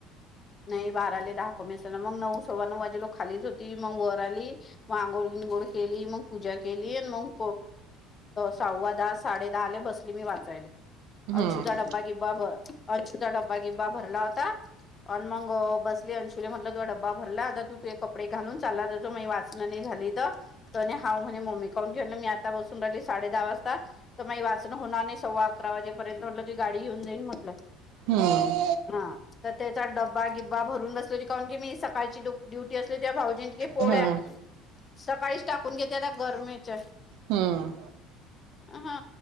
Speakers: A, on the left; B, on the right.
A: नाही बारा आले दहा क मेस मग नऊ सव्वा नऊ वाजे लोक खालीच होती मग वर आली मग आंघोळ विंगोळ केली मग पूजा केली आणि मग सव्वा दहा साडे दहाले बस ी वाचाल
B: हम्म
A: अंशूचा डबबा किबा बत अ तुा डबा गिब्बा भरला होता आणि मग बसले अंशुले म्हटल तो डबा भरला आता तू त कपडे घालून चालला ज जो वाचना नाही झाली तर तर हा म्हणे मम्मी काहुन घेऊन मी आता बसून राहिली साडे दहा वाजता. तर मग वाचनं होणार नाही सव्वा अकरा वाजेपर्यंत म्हटलं त गाडी घेऊन जाईन म्हटलं.
B: हं.
A: हा. तर त्याचा डब्बा गिब्बा भरून बसलेली काहुन की मी सकाळची डु डुटी असली तेव्हा भाऊजींचे पोड्या
B: हम्म
A: -- सकाळीच टाकून घेते आता गरमेच्या.
B: हम्म.
A: हा.